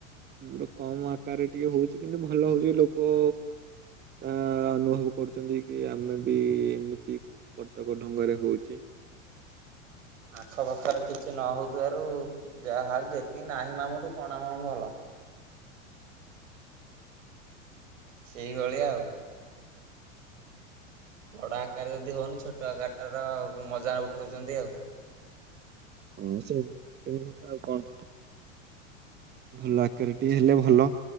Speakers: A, on the right; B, on the right.
A: ଆମର କମ ଆକାରରେ ଟିକେ ହଉଛି କିନ୍ତୁ ଭଲ ହଉଛି ଲୋକ ଆ ଅନୁଭବ କରୁଛନ୍ତି କି ଆମେ ବି ଏମିତି କଟକ ଢଙ୍ଗରେ ହଉଛି।
B: ଆଖ ପାଖରେ କିଛି ନ ହଉଥିବାରୁ ଯାହା ଯେତିକି ନାହିଁ ମାମୁଁଠୁ କଣ ମାମୁଁ ଭଲ। ସେଇଭଳିଆ ଆଉ ବଡ ଆକାର ଯଦି ହଉନି ଛୋଟ ଆକାର ଟାର ମଜା ଉଠଉଛନ୍ତି ଆଉ
A: ହଁ ସେମିତି ନୁହନ୍ତା ଆଉ କଣ। ଭଲ ଆକାରଟିଏ
B: ଆଚ୍ଛା
A: ହେଲେ ଭଲ